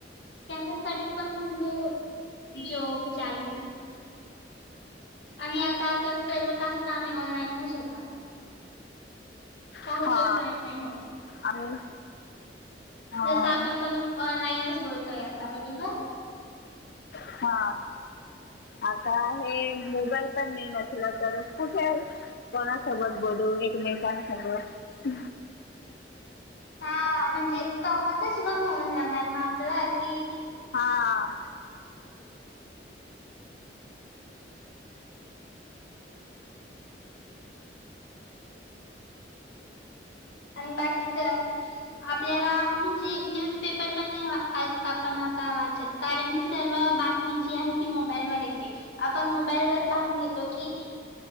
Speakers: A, on the left; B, on the left.
A: त्यांच्यासाठी पण म्हणजे जॉब जाईल आणि आता तर सर्व काही कामे ऑनलाईनच होतात. काहीच
B: हा
A: ऑफलाईन नाही होत
B: आणि हा
A: जस आपण पण ऑनलाईनच बोलतोय आता बरोबर
B: हा आता हे मोबाईल पण नाही. नसलं तर कुठे आहे. कोणासोबत बोलू एकमेकांसोबत
A: हा म्हणजे एक संवाद बंद होऊन जाणार ना आपला की
B: हां
A: आणि बाकी काय आपल्याला म्हणजे न्यूजपेपर पण नाही आपण आता वाचंत कारण की सर्व बातमी जी आहे ती मोबाईलवर येते. आपण मोबाईलवर पाहून घेतो. की